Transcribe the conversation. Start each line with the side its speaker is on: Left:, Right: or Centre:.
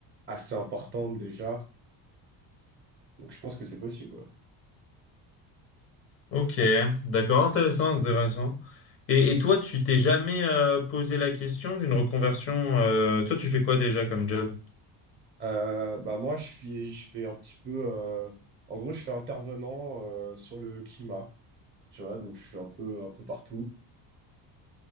Right: assez importantes déjà. Donc, je pense que c'est possible, ouais.
Left: Ok, d'accord, intéressant, intéressant. Et, et toi, tu t'es jamais euh, posé la question d'une reconversion euh, Toi, tu fais quoi déjà comme job?
Right: Euh, bah moi, je suis, je fais un petit peu, euh, en gros, je fais intervenant euh, sur le climat. Tu vois, donc je suis un peu, un peu partout.